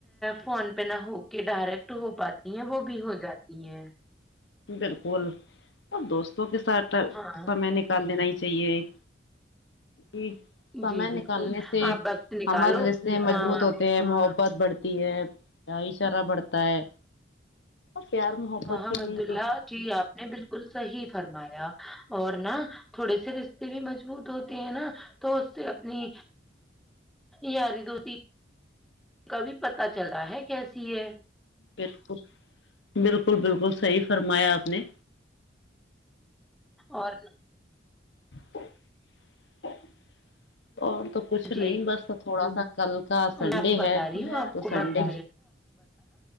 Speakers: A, in the centre; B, on the left.
A: فون پہ نہ ہو کے ڈائریکٹ ہو پاتی ہیں وہ بھی ہو جاتی ہیں
B: بلکل اور دوست کے ساتھ
A: ہاں
B: سمے نکال لینا ہی چاہیے ایک <inaudible> کہ سمے
A: جی بالکل
B: نکالنے سے
A: آپ وقت نکالو
B: ہمار رشتے
A: ہاں
B: مضبوط ہوتے ہیں محبت ت بڑھتی ہے بھائ چارہ بڑھتا ہے اور پیار محبت کی
A: حمد
B: بھی
A: اللہ جی آپ نے بلکل صحیح فرمایا اور نا تھوڑے سے رشتے بھی مضبوط ہوتے ہیں نا تو اس سے اپنی یاری دوستی کا بھی پتا چلتا ہیں کیسی ہے
B: بلکل بلکل بلکل صحی فرمایا آپ نے
A: اور
B: <unintelligible> اور تو کچھ نہیں
A: جی
B: بس تھوڑا سا کل کا سنڈے
A: میں آپ کو بتا
B: ہے
A: رہی ہوں آپ
B: تو
A: کو
B: سنڈے
A: وقت